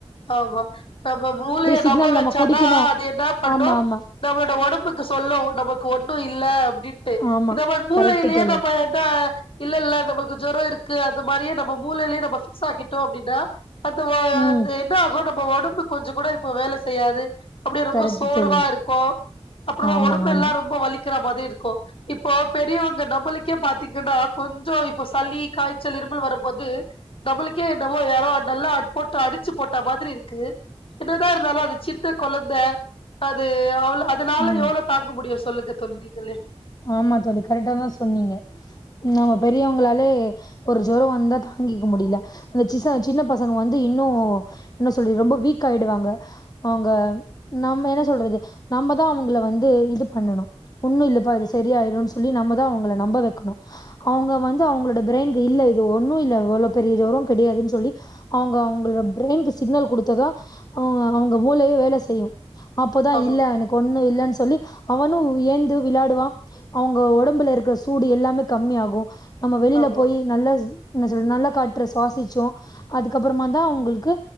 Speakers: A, on the left (about 55°); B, on the left (about 35°).
A: ஆமா நம்ம மூளைய
B: சிக்னல்
A: நம்ப வெச்சாதா
B: நம்ம குடிக்கணு
A: அது என்னா பண்ணு
B: ஆமா ஆமா
A: நம்மளோட ஒம்புக்கு சொல்லு நமக்கு ஒன்னு இல்ல அப்டின் ட்டு
B: ஆமா
A: நம்ம மூலையிலே
B: கரெக்ட் தோழி
A: நம்ம என்ன இல்லல்ல நமக்கு ஜொரோ இருக்கு அந்த மாரியே நம்ம மூலைய்லே நம்ம ஃபிக்ஸ்ஸாக்கிட்டோ அப்டின்னா அந்த ஒ
B: ம்
A: என்னாகு நம்ம ஒடம்பு கொஞ்ச கூட இப்ப வேல செய்யாது அப்டியே ரொம்ப
B: கரெக்ட்
A: சோர்வா
B: தோழி
A: இருக்கு அப்றோ
B: ஆமா
A: ஒடம்பு
B: ஆமா
A: எல்லா ரொம்ப வலிக்கிற மாத்ரி இருக்கு இப்போ பெரியவங்க நம்மளுக்கே பாத்தீங்கன்னா கொஞ்சோ இப்போ சளி காய்ச்சல் இருமல் வரும்போது நம்மளுக்கே என்னமோ யாரோ நல்லா போட்டு அடி ச்சு போட்ட மாதிரி இருக்கு என்னதா இருந்தாலு அது சின்ன கொழந்த அது அவள இதனால
B: ம்
A: எவ்ளோ தாங்க முடியு சொல்லுங்க தோழி நீங்களே
B: ஆமா தோழி கரெட்டாதா சொன்னீங்க நம்ம பெரியவங்களாலே ஒரு ஜொரோ வந்தா தாங்கிக்க முடியல இந்தசிச சின்ன பசங்க வந்து இன்னு என்ன சொல்லி ரொம்ப வீக் ஆயிடுவாங்க அவுங்க நம்ம என்ன சொல்றது நம்மதா அவுங்கல வந்து இது பண்ணணு ஒண்ணு இல்லப்பா இது சரியாய்டு சொல்லி நம்மதா அவுங்கள நம்ப வெக்கணு அவுங்க வந்து அவுங்கள இந்த பிரய்ன்க்கு இல்ல இது ஒன்னு இல்ல இவ்ளோ பெரிய ஜொரோங் கெடையாதுன் சொல்லி அவுங்க அவுங்களோட பிரெயின்கு சிக்னல் குடுத்ததா அவ அவுங்க மூலயே வேல செய்யு அப்பதா
A: ஆமா
B: இல்ல எனக்கு ஒன்னு இல்லன் சொல்லி அவனு ஏந்து விளாடுவா அவுங்க ஒடம்புல இருக்கிற சூடு எல்லாமே கம்மிய ஆகு நம்ம வெளில
A: ஆமா
B: போயி் நல்லா என்ன சொல் நல்ல காற்ற சுவாசிச்சோ அதுக்கப்பறமா தா அவுங்களுக்கு